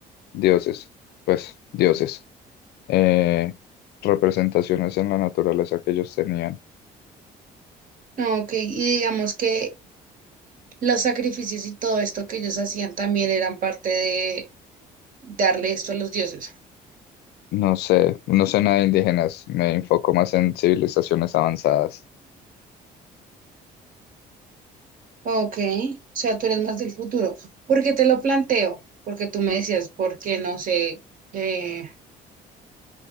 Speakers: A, on the left; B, on the right.
A: dioses, pues dioses. eh, representaciones en la naturaleza que ellos tenían.
B: No, Ok, y digamos que los sacrificios y todo esto que ellos hacían también eran parte de darle esto a los dioses.
A: No sé, no sé nada de indígenas, me enfoco más en civilizaciones avanzadas.
B: Ok, o sea, tú eres más del futuro. ¿Por qué te lo planteo? Porque tú me decías, porque no sé, eh,